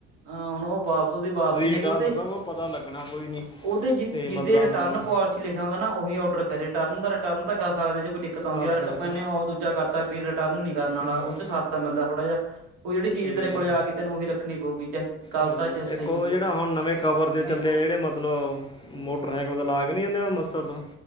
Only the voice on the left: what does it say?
ਰਿਟਰਨ
ਕਰਾਂਗਾ ਪਤਾ ਲੱਗਣਾ ਕੋਈ ਨਹੀਂ
ਤੇ
ਮਤਲਬ
ਹਾਂ
ਕਰ
ਸਕਦਾ
ਹੂੰ,
ਤੇ
ਹਾਂਜੀ।
ਇੱਕ ਉਹ ਜਿਹੜਾ
ਹੁਣ ਨਵੇਂ, ਕਵਰ ਜੇ
ਚੱਲੇ ਜਿਹੜੇ ਮਤਲਬ ਮੋਟਰਹਾਈਕਲ ਤੇ ਲਾ ਕੇ ਨੀ, ਜਾਂਦੇ ਅੰਮ੍ਰਤਸਰ ਤੋਂ।